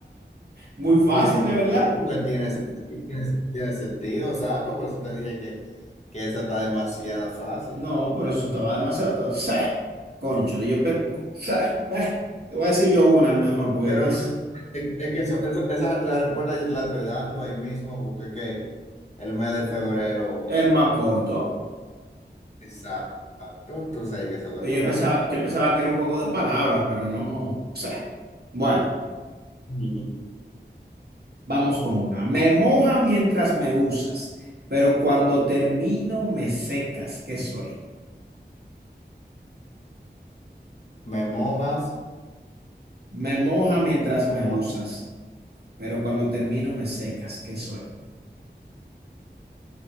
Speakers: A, on the right; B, on the left.
A: muy fácil,
B: Ridiculito,
A: de verdad.
B: igual tiene, sentido, tiene tiene sentido, exacto, por eso te dije que, que esa está demasiado fácil.
A: No, pero eso estaba demasiado... O sea, concho, yo... pe- O sea, bah, te voy a decir yo una mejor, porque
B: Pero
A: que es
B: pues, es, es que eso- eso- esa, la respuesta yo te la estoy dando ahí mismo, porque es que el mes de febrero,
A: el más corto.
B: exacto, entonces ahí que se vuelve
A: Pero Yo
B: menos.
A: pensaba, yo pensaba que era un juego de palabras, pero no. pse. Bueno,
B: Ujú.
A: vamos con una. Me moja mientras me usas, pero cuando termino me secas. ¿Qué soy?
B: Me mojas,
A: Me moja mientras
B: como
A: me usas, pero cuando termino me secas. ¿Qué soy?